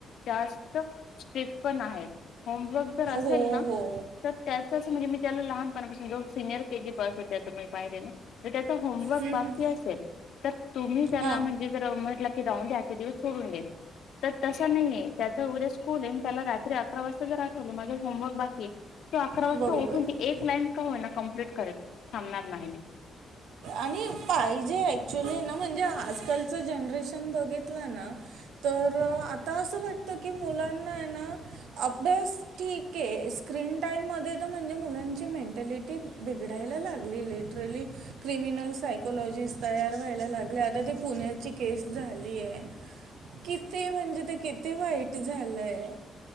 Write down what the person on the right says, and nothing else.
हो
हो
हम्म,
हम्म.
हां
बरोबर
आणि पाहिजे ऍक्च्युली ना म्हणजे आजकालचं जनरेशन बघितलं ना तर आता असं वाटत की मुलांना - हाय ना अभ्यास ठीक आहे स्क्रीन टाइम म म्हणजे मुलांची मेंटलिटी बिघडायला लागली लिटरली क्रिमिनल सायकॉोलॉजिस्ट तयार व्हायला लागले आता ते पुण्याची केस झाली आहे किती म्हणजे ते किती वाईट झालंय